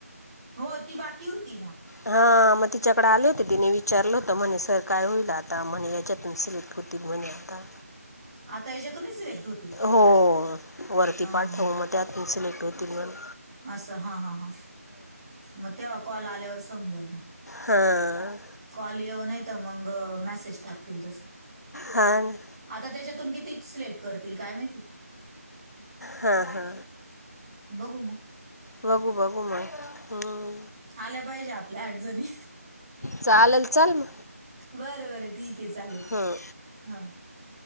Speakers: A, on the right; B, on the left.
A: हो ती बाकी होती ना.
B: हा, मग तिच्याकडे आले होते तिने विचारलं होतं म्हणे सर काय होईल आता,, म्हणे याच्यातुन सिलेक्ट होत होतील मने आता.
A: आता याच्यातूनही सिलेक्ट होतील
B: हो,, वरती
A: हां
B: पाठव
A: हां हां
B: म त्यातून सिलेक्ट होतील मने
A: असं हां हां हां,, मग तेव्हा कॉल आल्यावर समजल मग.
B: हां
A: कॉल येऊ न तर मंग मेसेज टाकतील तसं,,
B: हां ना
A: आता त्याच्यातून किती सिलेक्ट करतील काय माहिती?
B: हा हा.
A: बघू मग.
B: बघू बघू मग, हं
A: आल्या पाहिजे आपल्या अडचणी
B: चाललं चाल म
A: बर बर ठीकेय चालेल.
B: हां,,
A: हां